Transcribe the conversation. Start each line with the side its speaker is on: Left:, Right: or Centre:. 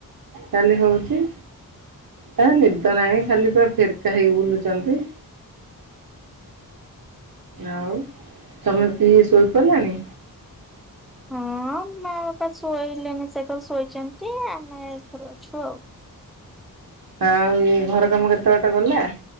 Right: ଖାଲି ହଉଚି। ତା ନିଦ ନାହିଁ ଖାଲି ପୁରା ଫେରକା ହେଇକି ବୁଲୁଚନ୍ତି। ଆଉ ତମେ ଦି ଶୋଇପଇଲଣି?
Centre: ହଁ ମା ବାପା ଶୋଇଲେନି ସେ ଘରେ ଶୋଇଚନ୍ତି ଆମେ ଏ ଘରେ ଅଛୁ ଆଉ।
Right: ଆଉ ଏ ଘର କାମ କେତେ ବାଟ ଗଲା?